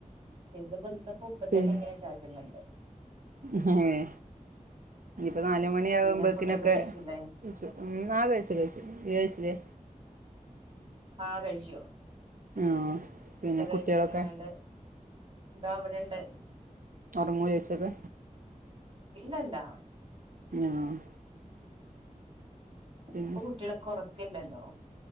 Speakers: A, on the right; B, on the right.
A: പക്ഷെ ഇത് ഇന്നിപ്പം ഇപ്പതന്നെ
B: പിന്നെ
A: ഇങ്ങനെ ചാറ്റുന്നുണ്ട്
B: ഏഹ് ഇനിപ്പോ നാലുമണി ആവുമ്പോത്തിനൊക്കെ
A: പിന്നെ ഫുഡൊക്കെ കഴിച്ചില്ലേ
B: കഴിച്ചു എന്നാ കഴിച്ചു കഴിച്ചു നീ കഴിച്ചില്ലേ
A: ആഹ് കഴിച്ചു
B: ആഹ് പിന്നെ
A: ഫുഡൊക്കെ കൈച്ച്
B: കുട്ടികളൊക്കെ
A: ഇങ്ങനെണ്ട് ഇതാ അവിടെണ്ട്
B: ഒർങ്ങോ ചോയിച്ചോക്ക്
A: ഇല്ലല്ല
B: ആഹ്
A: ഇപ്പൊ
B: പിന്നെ
A: കുട്ട്യേള്ക്ക് ഉറക്കില്ലല്ലോ